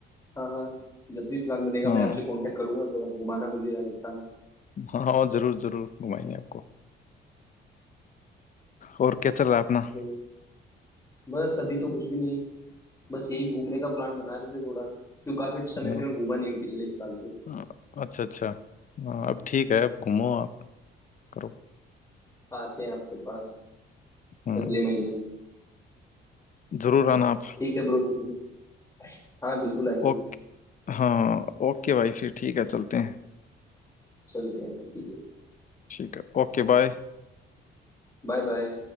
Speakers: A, on the left (about 15°); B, on the left (about 40°).
A: हाँ हाँ जब भी प्लान बनेगा
B: हाँ
A: मैं आपसे कांटेक्ट करूंगा तो आप घुमाना मुझे राजस्थान
B: हाँ हाँ जरूर जरूर घुमाएंगे आपको और क्या चल रहा है अपना
A: तो बस अभी तो कुछ भी नहीं बस यही घूमने का प्लान बना रहे थे थोड़ा क्यों काफी समय
B: हाँ,
A: से मैं घूमा नहीं हूँ पिछले एक साल से
B: हाँ, अच्छा अच्छा हाँ, अब ठीक है अब घूमो आप करो
A: आते हैं आपके पास
B: हम्म
A: अगले महीने
B: जरूर आना आप
A: ठीक है ब्रो चलो हाँ बिल्कुल आएंगे
B: ओके हाँ ओके भाई फिर ठीक है चलते हैं
A: चलते हैं ठीक है
B: ठीक है ओके बाय
A: Bye bye